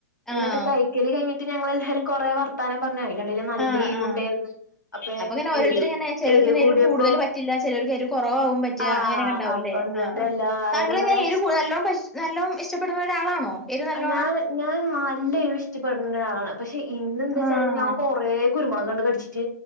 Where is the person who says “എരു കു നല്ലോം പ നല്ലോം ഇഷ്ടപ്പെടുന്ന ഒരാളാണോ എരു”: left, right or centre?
Centre